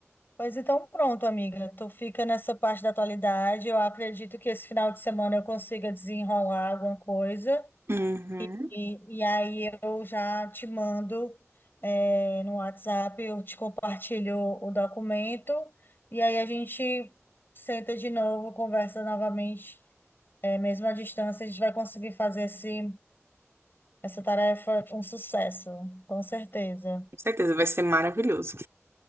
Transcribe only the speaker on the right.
Uhum.
Com certeza, vai ser maravilhoso.